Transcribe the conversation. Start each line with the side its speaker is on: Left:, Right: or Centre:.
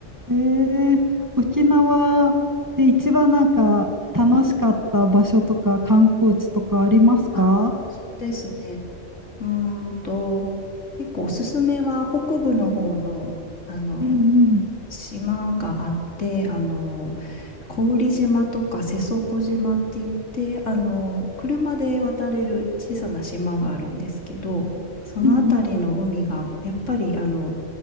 Right: ええ、沖縄で一番なんか楽しかった場所とか観光地とかありますか？
Left: あ、そうですね。うーんと、結構おすすめは北部の方の、あの、
Right: うんうん。
Left: 島があって、あの、小宇利島とか瀬底島って言って、あの、車で渡れる小さな島があるんですけど、そのあたりの海が、
Right: うんうん。
Left: やっぱり、あの、